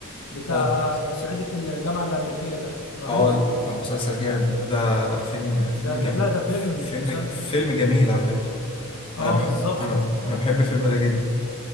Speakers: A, on the left; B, on the left.
A: بتاع
B: هو
A: صعيدي في الجامعة الأمريكية ده رهيب
B: اه ال- آه، مسلسل جامد ده فيلم فيلم
A: ده
B: جميل
A: لا, لا ده فيلم
B: فيلم
A: مش مسلسل
B: فيلم جميل على فكرة
A: اه
B: انا بحب
A: بالظبط
B: انا انا بحب الفيلم ده جدا